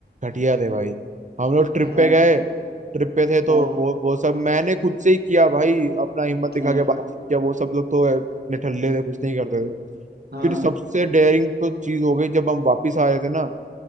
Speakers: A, on the right; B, on the right.
A: घटिया थे भाई हम लोग ट्रिप
B: हाँ
A: पे गए ट्रिप पे थे तो
B: हाँ
A: वो वो सब मैंने खुद से ही किया भाई अपना हिम्मत दिखा
B: हाँ
A: के बातचीत किया वो सब लोग तो निठल्ले थे कुछ नहीं करते थे
B: हाँ
A: फिर
B: हाँ
A: सबसे डेयरिंग तो चीज हो गई जब हम वापस आ रहे थे ना